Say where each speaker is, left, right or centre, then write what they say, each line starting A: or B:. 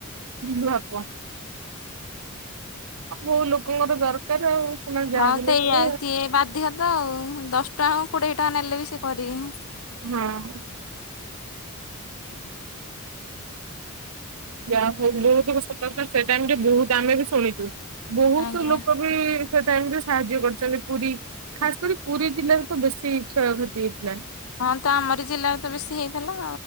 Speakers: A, on the right; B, on the left.
A: <unintelligible> ଅ କୋଉ ଲୋକଙ୍କର ଦରକାର ଆଉ ସେମାନେ ଯାହା
B: ହଁ
A: ବି
B: ସେଇଆ,
A: ହେଲେ କରିବେ
B: ସିଏ ବାଧ୍ୟତ ଆଉ ଦଶଟଙ୍କା କୋଡିଏଟଙ୍କା ନେଲେ ବି ସିଏ କରିବେ।
A: ହଁ। ଯାହା ହଉ ବହୁତ ସତ ସେଟାମ ବହୁତ ଆମେ ବି ଶୁଣିଛୁ ବହୁତ
B: ଆଜ୍ଞା।
A: ଲୋକ <unintelligible> ସେଟାଇମ ରେ ସାହାଯ୍ୟ କରିଛନ୍ତି ପୁରୀ ଖାସ କରି ପୁରୀ ଜିଲ୍ଲାରେ ତ ବେଶୀ କ୍ଷୟକ୍ଷତି ହେଇଥିଲା।
B: ହଁ ତ ଆମରି ଜିଲ୍ଲାରେ ତ ବେଶୀ ହେଇଥିଲା